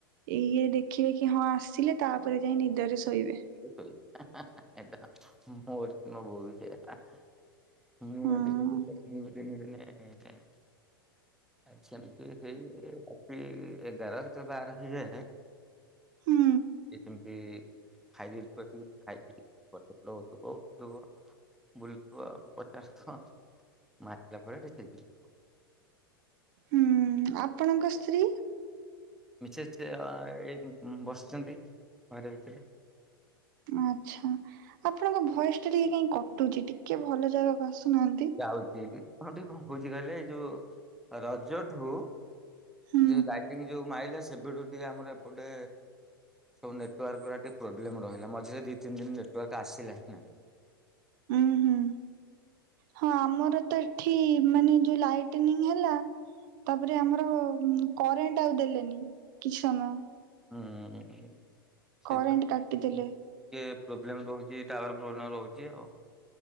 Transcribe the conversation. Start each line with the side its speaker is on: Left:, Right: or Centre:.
Right: ଇଏ ଦେଖିବେ କି ହଁ ଆସିଲେ ତାପରେ ଯାଇ ନିଦରେ ଶୋଇବେ।
Centre: <unintelligible> ମୋର ମୋ ବୋଉ ବି ସେୟା। ମୁଁ
Right: ହଁ
Centre: ଦିନେ ଦିନେ ମୁ ବି ଦିନେ ଦିନେ ଆ ସେମିତି ସେଇ ରାତି ଏଗାର କେତେ ବାର ହେଇଯାଏ।
Right: ହୁଁ
Centre: ଏ ଯେମିତି <unintelligible> ବୁଲୁଥିବ ପଚାସ ଥର। <unintelligible>
Right: ହୁଁ, ଆପଣଙ୍କ ସ୍ତ୍ରୀ?
Centre: ମିଛଛେ ଏଇ ବସିଛନ୍ତି ଘରେ ଭିତରେ।
Right: ଆଚ୍ଛା ଆପଣଙ୍କ ଭଏସ ଟା ଟିକେ କାହିଁ କଟୁଛି ଟିକେ ଭଲ ଜାଗାକୁ ଆସୁନାହାନ୍ତି।
Centre: ଯାଉଛି କଣ ଟିକେ କଣ କଉଛି କହିଲେ ଯୋଉ ରଜଠୁ
Right: ହୁଁ
Centre: ଯୋଉ ଗାଇଟି ଯୋଉ ମାଇଲେ ସେ ବିଠୁ ଟିକେ ଆମର ଏପଟେ ଗୋଟେ ସବୁ ନେଟୱାର୍କ ଗୁରା ଟିକେ ପ୍ରୋବ୍ଲେମ ରହିଲା ମଝିରେ ଦି ତିନି ଦିନ ନେଟୱାର୍କ ଆସିଲା ହିଁ ନାହିଁ।
Right: ଉଁ ହୁଁ। ହଁ ଆମର ତ ଏଠି ମାନେ ଯୋଉ ଲାଇଟନିଂ ହେଲା। ତାପରେ ଆମର କରେଣ୍ଟ ଆଉ ଦେଲେନି କିଛି ସମୟ।
Centre: ହୁଁ ସେଇପା।
Right: କରେଣ୍ଟ
Centre: ଟିକେ
Right: କାଟିଦେଲେ
Centre: ପ୍ରୋବ୍ଲେମ ରହୁଛି ଟାୱାର ପ୍ରୋବ୍ଲେମ ରହୁଛି ଆଉ।